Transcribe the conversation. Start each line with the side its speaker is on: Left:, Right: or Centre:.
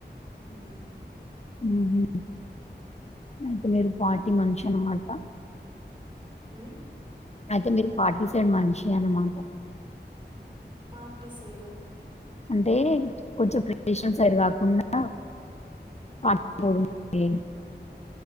Right: మ్
Left: మ్ హు అయితే పార్టీ మంచ్ అన్నమాట
Right: మ్
Left: అయితే మీరు ఫార్టీ సైడ్ మనిషి అన్నమాట
Right: పార్టీ సైడ్
Left: అంటే కొంచెం క్రిస్పీ సైడ్ కాకుండా పానీ
Right: ఆహా
Left: పూరీ ఉంది.